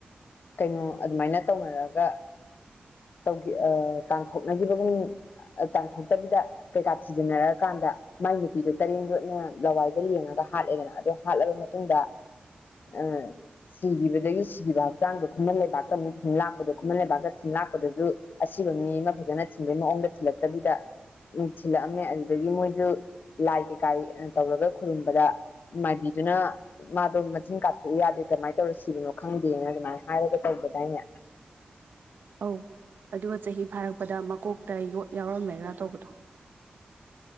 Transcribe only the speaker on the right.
ꯑꯧ ꯑꯗꯨꯒ ꯆꯍꯤ ꯐꯥꯔꯛꯄꯗ ꯃꯀꯣꯛꯇ ꯌꯣꯠ ꯌꯥꯎꯔꯝꯃꯦꯔ꯭ꯔꯥ ꯇꯧꯕꯗꯣ